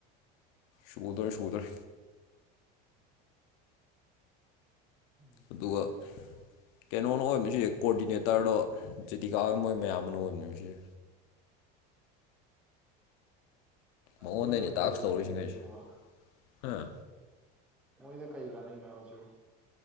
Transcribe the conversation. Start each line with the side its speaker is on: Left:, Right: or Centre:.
Left: ꯁꯨꯗꯣꯏ ꯁꯨꯗꯣꯏ
Centre: <unintelligible>
Left: ꯑꯗꯨꯒ ꯀꯩꯅꯣꯅ ꯑꯣꯏꯕꯅꯦ ꯁꯤꯁꯦ ꯀꯣꯔꯗꯤꯅꯦꯇꯔꯗꯣ ꯆꯦꯇꯤꯀꯥ ꯃꯣꯏ ꯃꯌꯥꯝꯕꯅ ꯑꯣꯏꯕꯅꯦ ꯁꯤꯁꯦ꯫ ꯃꯉꯣꯟꯗꯩꯅꯦ
Centre: ꯃꯣꯏꯗ ꯀꯔꯤ
Left: ꯇꯥꯛꯁ
Centre: ꯀꯥꯟꯅꯩꯅꯣ
Left: ꯂꯧꯔꯤꯁꯤꯉꯩꯁꯦ
Centre: ꯁꯤꯕꯣ
Left: ꯍꯥꯥ
Centre: ꯃꯣꯏꯗ ꯀꯩ ꯀꯥꯟꯅꯩꯅꯣꯕ ꯁꯤꯕꯨ